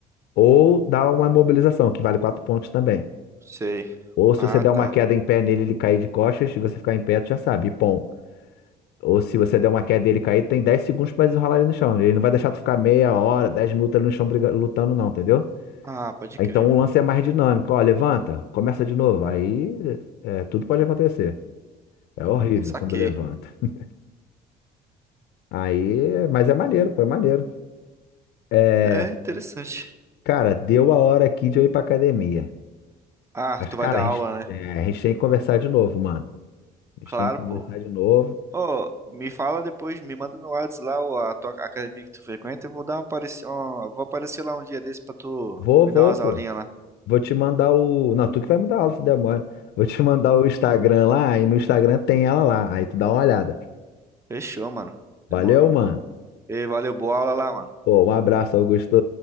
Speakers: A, on the left (about 70°); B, on the right (about 15°).
A: ou dar uma imobilização, que vale 4 pontos também.
B: Sei.
A: Ou se
B: Ah,
A: você der
B: tá.
A: uma queda em pé nele, ele cair de costas, e você ficar em pé, tu já sabe, e pom. Ou se você der uma queda e ele cair, tem dez segundos pra desenrolar ele no chão. Ele não vai deixar tu ficar meia hora, 10 minutos ali no chão briga- lutando, não, entendeu?
B: Ah, pode
A: Então
B: crer.
A: o lance é mais dinâmico. Ó, levanta, começa de novo. Aí é, é, tudo pode acontecer. É
B: Hum,
A: horrível
B: saquei.
A: quando levanta. <laughs> Aí, mas é maneiro, pô, é maneiro. É,
B: É interessante.
A: cara, deu a hora aqui de eu ir pra academia.
B: Ah,
A: Mas,
B: tu
A: cara,
B: vai dar
A: a
B: aula,
A: gente,
B: né?
A: é, a gente tem que conversar de novo, mano. A
B: Claro,
A: gente tem que conversar
B: pô.
A: de novo.
B: Ô, me fala depois, me manda no Whats lá o- a tua academia que tu frequenta, eu vou dar uma apareci... ó, vou aparecer lá um dia desse pra tu
A: Vou,
B: me
A: vou,
B: dar umas
A: pô.
B: aulinhas lá.
A: Vou te mandar o. Não, tu que vai me dar aula, se demora. Vou te mandar o Instagram lá, e no Instagram tem ela lá. Aí tu dá uma olhada.
B: Fechou, mano.
A: Valeu,
B: Demorou.
A: mano.
B: Ei, valeu, boa aula lá, mano.
A: Pô, um abraço, Augusto.